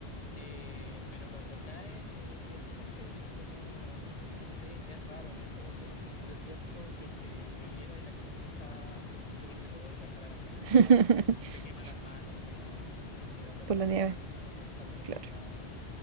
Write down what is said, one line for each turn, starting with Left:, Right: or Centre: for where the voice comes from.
Left: Eh, pero cuando cae eh, es una experiencia, es como, no sé, es raro, es como si en un desierto llo- eh, lloviera y la gente está, se vuelve loca, sale a la calle,
Right: <laughs>
Left: se quema las manos por la, porque la toma
Right: Por
Left: sin
Right: la nieve,
Left: guantes, porque no están acostumbrados,
Right: claro.